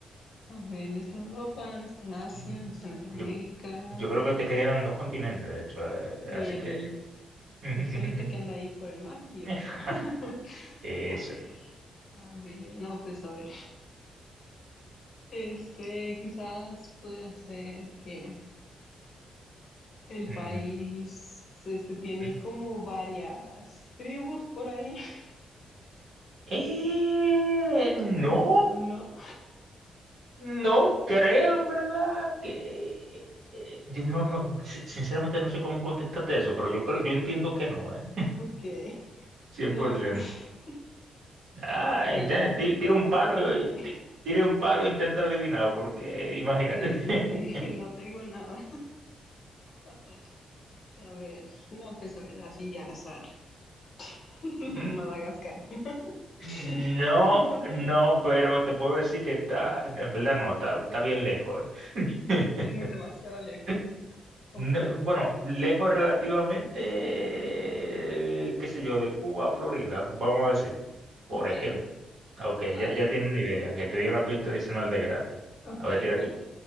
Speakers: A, on the left; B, on the right.
A: a ver, no está en Europa, no está en Asia,
B: Mm,
A: no está en Latinoamérica,
B: Yo, yo creo que te quedan dos continentes, de hecho, eh,
A: y
B: así
A: el,
B: que... <laughs> ujú,
A: el
B: ujú,
A: solito
B: ujú.
A: que anda ahí por el mar y
B: <laughs>
A: el otro. <laughs> A
B: Eso.
A: ver, a ver, no, pues a ver, este, quizás podría ser que el
B: Mm,
A: país, este, tiene
B: mm.
A: como varias tribus por ahí, <laughs>
B: Eh,
A: o
B: no,
A: no, no,
B: no creo en verdad que eh, yo no, no, si- sinceramente no sé cómo contestarte eso, pero yo creo, yo entiendo que no, ¿eh?
A: ok.
B: <laughs> 100%.
A: No, pues
B: Ah,
A: A ver,
B: inte-
A: ya,
B: ti- tira
A: ya
B: un
A: las
B: palo
A: que me...
B: y
A: <laughs>
B: ti- tira un palo e intenta adivinar, porque imagínate.
A: Sí,
B: <laughs>
A: sí, sí, <laughs> no tengo nada. <laughs> A ver, no, pues a ver, así al azar. <laughs>
B: Mm,
A: Madagascar. <laughs>
B: No, no, pero te puedo decir que está, en verdad no, está, está bien lejos. eh.
A: Muy Demasiado lejos.
B: <laughs>
A: Ok,
B: No, bueno, lejos relativamente, eh, qué sé yo, de Cuba a Florida, vamos a decir, por
A: ok,
B: ejemplo. Ok,
A: vale.
B: ya, ya tienes una idea, que te di una pista adicional de gratis.
A: Ok,
B: A ver, tira
A: vale.
B: tu,